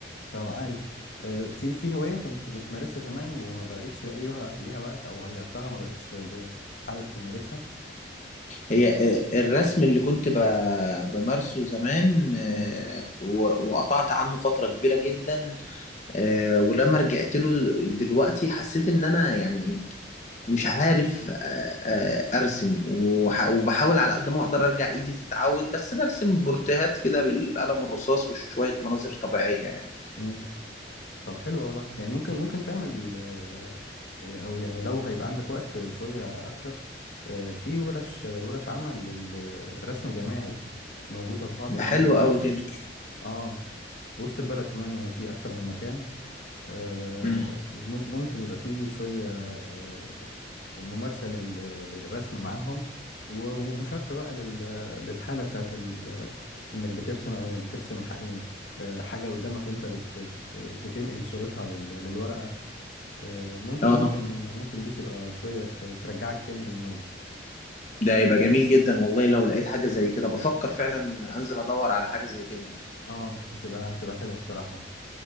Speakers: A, on the left (about 70°); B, on the left (about 40°).
A: طب عالي آه، في في هواية كنت بتمارسها زمان وما بقتش لاقيها ليها وقت او غيرتها ما بقتش ب- حابب تمارسها
B: هي آه، الرسم اللي كنت ب- بمارسه زمان آه،
A: مم.
B: و- وقطعت عنه فترة كبيرة جدا آه، ولما رجعت له دلوقتي حسيت إن أنا يعني مش عارف آه، آه، ارسم وح- وبحاول على قد ما اقدر ارجع ايدي تتعود بس برسم بورتيهات كده بالقلم الرصاص وشوية مناظر طبيعية يعني
A: مم. طب حلو والله يعني ممكن ممكن تعمل آه، آه، او يعني لو هيبقى عندك وقت شوية اكتر آه، في ورش آه، ورش عمل للرسم الجماعي موجودة في بعض
B: ده
A: الاماكن
B: حلو قوي كده
A: اه في وسط البلد كمان يعني في اكتر من مكان آه،
B: مم.
A: مم- ممكن يبقى في شوية آه، ممارسة لل- للرسم معاهم و- ومشاركة بقى لل- للحالة بتاعت ال- انك بترسم او انك بترسم حق يعني آه، حاجة قدامك وانت بت بت بتنقل صورتها لل- للورقة آه، مم-
B: اه
A: ممكن ممكن دي تبقى شوية ت- ترجعك تاني للمود
B: ده يبقى جميل جدا والله لو لقيت حاجة زي كده بفكر فعلا انزل ادور على حاجة زي كده
A: اه هتبقى هتبقى حلوة بصراحة